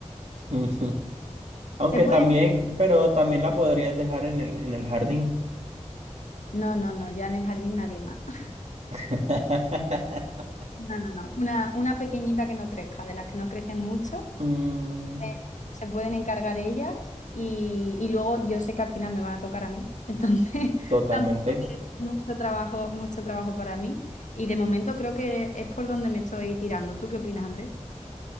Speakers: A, on the right; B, on the left.
A: Ujú. <laughs> Aunque
B: Se puede.
A: también, pero también la podrías dejar en el, en el jardín.
B: No, no, no, ya en el jardín nadie más. <laughs>
A: <laughs>
B: No, no, no. Una, una pequeñita que no crezca, de las que no crecen mucho.
A: Mm,
B: eh, se pueden encargar ellas y, y luego yo sé que al final me van a tocar a mí. Entonces,
A: totalmente.
B: <laughs> tampoco es mucho trabajo, mucho trabajo para mí. Y de momento creo que es por donde me estoy tirando. ¿Tú qué opinas, Andrés?